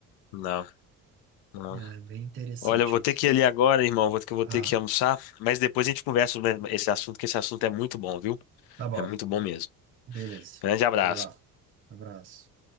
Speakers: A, on the left; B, on the right.
A: Não, não.
B: É bem interessante
A: Olha, eu vou ter
B: isso.
A: que ir ali agora, irmão. Vou ter que, vou
B: Ah,
A: ter que almoçar. Mas depois a gente conversa sobre esse assunto, que esse assunto é muito bom, viu?
B: tá bom.
A: É muito bom mesmo.
B: Beleza.
A: Grande abraço.
B: Vai lá. Abraço.